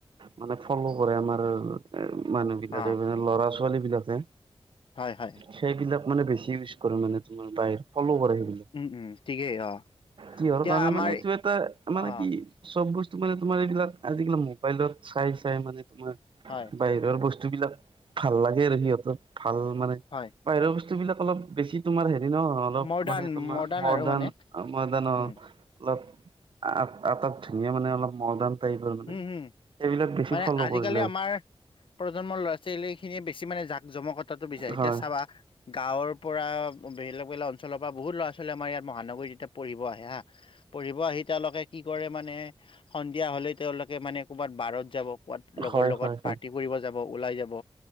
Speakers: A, on the right; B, on the left.
A: মানে ফল' কৰে আমাৰ মানুহ বিলাকে
B: অ
A: মানে ল'ৰা ছোৱালী বিলাকে।
B: হয় হয়
A: সেইবিলাক মানে বেছি ইউজ কৰে মানে তোমাৰ বাহিৰ ফল' কৰে সেইবিলাক।
B: ওম ওম ঠিকেই অ
A: কিহৰ
B: এতিয়া
A: কাৰণে
B: আমাৰ
A: মানে এইটো এটা মানে
B: অ
A: কি? চব বস্তু মানে তোমাৰ এইবিলাক আজ কালি মোবাইলত চাই চাই মানে তোমাৰ।
B: হয়
A: বাহিৰৰ বস্তু বিলাক ভাল লাগে আৰু সিহঁতৰ ভাল মানে।
B: হয়
A: বাহিৰৰ বস্তু বিলাক অলপ বেছি তোমাৰ হে ন অলপ
B: মডাৰ্ণ
A: মানে তোমাৰ
B: মডাৰ্ণ
A: মডাৰ্ণ।
B: আৰু মানে
A: মডাৰ্ণ অলপ
B: উম
A: আ তাত ধুনীয়া মানে অলপ মডাৰ্ণ। টাইপৰ মানে
B: হম
A: সেইবিলাক
B: হম
A: বেছি
B: মানে
A: ফ'ল'
B: আজিকালি
A: কৰিলে।
B: আমাৰ প্ৰজন্মৰ ল'ৰা ছোৱালী খিনিয়ে বেছি মানে জাক জমা কটটো বিচাৰে এতিয়া
A: হয়
B: চাবা গাঁৱৰ! পৰা বেলেগ বেলেগ অঞ্চলৰ পৰা বহুত ল'ৰা ছোৱালী আমাৰ ইয়াত মহানগৰীত যেতিয়া পঢ়িব আহে হা। পঢ়িব আহি তেওঁলোকে কি কৰে মানে সন্ধিয়া হলে তেওঁলোকে মানে ক'ৰবাত বাৰত যাব। ৱাত লগৰ
A: হয়
B: লগত
A: হয় হয়
B: পাৰ্টি কৰিব যাব ওলাই যাব